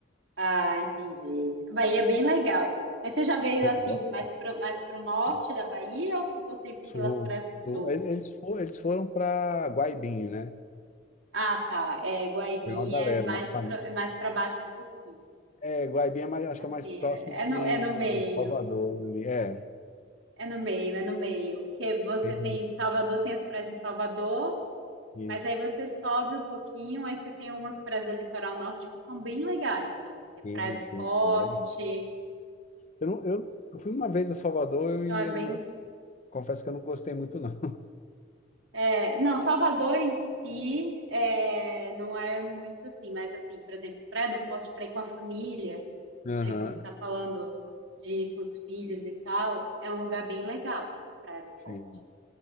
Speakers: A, on the right (about 85°); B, on the left (about 40°).
A: Ah, entendi. A Bahia é bem legal. Mas você já veio
B: Eu
A: assim,
B: gosto.
A: mais pro, mais pro norte
B: cara.
A: da Bahia ou ficou sempre
B: Sul,
A: pelas praias do sul?
B: sul. Ele- Eles foram, eles foram para Guaibinho, né?
A: Ah, tá. É, Guaibinha
B: Foi uma galera,
A: é mais
B: uma família.
A: pra, é mais para baixo um pouquinho.
B: É, Guaibinho é mais, acho
A: Assim,
B: que é mais próximo
A: é é
B: de
A: no, é no meio.
B: Salvador ali. É,
A: É no meio, é no meio. Porque você
B: tem
A: tem Salvador, tem as praias em Salvador,
B: isso.
A: mas aí você sobe um pouquinho, aí você tem algumas praias do litoral norte que são bem legais também, que
B: Sim,
A: é Praia do
B: sim,
A: Forte.
B: foi legal. Eu, não- eu, eu fui uma vez a Salvador
A: Então
B: e
A: é bem.
B: eu não, Confesso que eu não gostei muito, não.
A: é, não, Salvador em si é, não é muito assim, mas assim, por exemplo, Praia do Forte para ir com a família,
B: <laughs> Aham,
A: né, como você está falando de ir com os filhos e tal, é um lugar bem legal, Praia do
B: sim.
A: Forte.